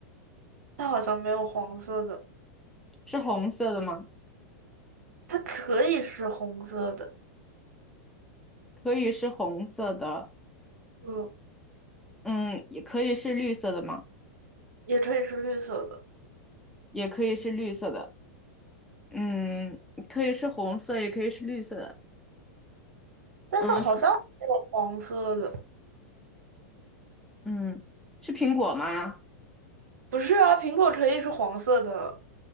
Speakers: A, on the right (about 75°); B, in the centre.
A: 它好像没有黄色的，
B: 是红色的吗？
A: 它可以是红色的，
B: 可以是红色的，
A: 嗯，
B: 嗯，也可以是绿色的吗？
A: 也可以是绿色的，
B: 也可以是绿色的，嗯，可以是红色，也可以是绿色的，
A: 但是好像没有黄色的，
B: 嗯，是，嗯，是苹果吗？
A: 不是啊，苹果可以是黄色的，